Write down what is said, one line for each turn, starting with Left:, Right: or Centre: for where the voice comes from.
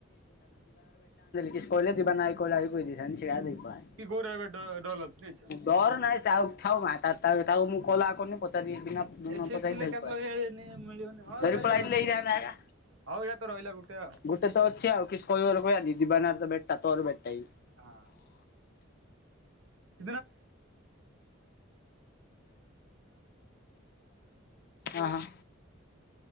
Left: <unintelligible> <unintelligible>
Right: କି ଗୌରା ବେଡ <unintelligible>
Left: ଡର ନାଇଁ ତାଉ ଥାଉ ମା ତାଉ ମୁଁ କଲା କରି ପଚାରି ବିନା ତୁ ନ
Right: ଏ ସେ
Left: ପଚାରି
Right: ଥିଲେ
Left: ଧରି
Right: କାଲି
Left: ପଳାଇ
Right: ମିଳିବନି ହଁ
Left: ଧରି
Right: ଏଇଟା
Left: ପଳାଇଆଇଲେ
Right: ତ ରହି
Left: ହେଇଥାନ୍ତା ଏଇନା
Right: ହଉ ଏଇଟା ତ ରହିଲା ଗୋଟେ ଆଉ
Left: ଗୁଟେ ତ ଅଛି ଆଉ କିସି କହିବାର କହିବା ଯିବାନାର ତ ବେଟା ତୋର ବେଟା ଏ
Right: ହଁ। <unintelligible> <unintelligible>
Left: ଅ ହଁ